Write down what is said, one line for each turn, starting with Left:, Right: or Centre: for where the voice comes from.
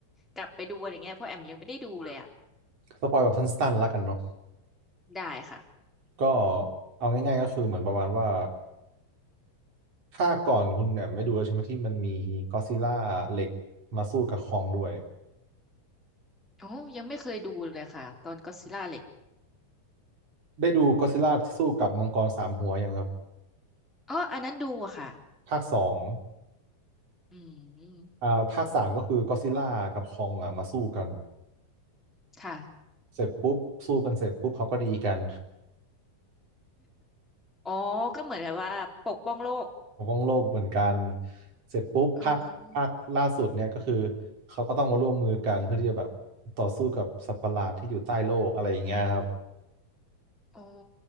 Centre: กลับไปดูอะไรเงี้ยเพราะแอมยังไม่ได้ดูเลยอ่ะ
Right: สปอยแบบสั้นๆแล้วกันเนาะ
Centre: ได้ค่ะ
Right: ก็เอาง่ายๆก็คือเหมือนประมาณว่า ค่าก่อนคุณแหม่มไม่ดูแล้วใช่ไหมที่มันมีก็อดซิลล่าเหล็กมาสู้กับคองด้วย
Centre: โอ้ยังไม่เคยดูเลยค่ะตอนก็อดซิลล่าเหล็ก
Right: ได้ดูก็อดซิลล่าที่สู้กับมังกรสามหัวยังครับ
Centre: อ๋ออันนั้นดูอะค่ะ
Right: ภาคสอง
Centre: อืม
Right: อ่าภาคสามก็คือก็อดซิลล่ากับคองอ่ะมาสู้กัน
Centre: ค่ะ
Right: เสร็จปุ๊บสู้กันเสร็จปุ๊บเขาก็ดีกัน
Centre: อ๋อก็เหมือนแบบว่าปกป้องโลก
Right: <laughs> ปกป้องโลกเหมือนกันเสร็จปุ๊บภาคภาคล่าสุดเนี่ยก็คือ
Centre: เออ
Right: เขาก็ต้องมาร่วมมือกันเพื่อที่จะแบบต่อสู้กับสัตว์ประหลาดที่อยู่ใต้โลกอะไรอย่างเงี้ยครับ
Centre: อ๋อ